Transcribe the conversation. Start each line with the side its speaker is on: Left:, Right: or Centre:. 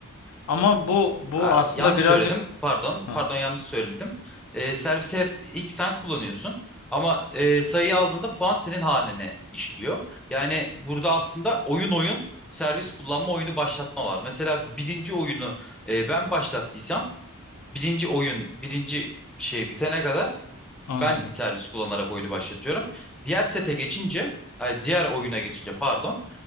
Left: Ama bu bu
Centre: Ha,
Left: aslında
Centre: yanlış
Left: birazcık
Centre: söyledim. Pardon.
Left: Hah,
Centre: Pardon yanlış söyledim. Ee, servisi hep ilk sen kullanıyorsun. Ama e, sayıyı aldığında puan senin haline işliyor. Yani burada aslında oyun oyun servis kullanma oyunu başlatma var. Mesela birinci oyunu e, ben başlattıysam birinci oyun birinci şey bitene kadar
Left: Anladım.
Centre: ben servis kullanarak oyunu başlatıyorum. Diğer sete geçince ay, diğer oyuna geçince pardon.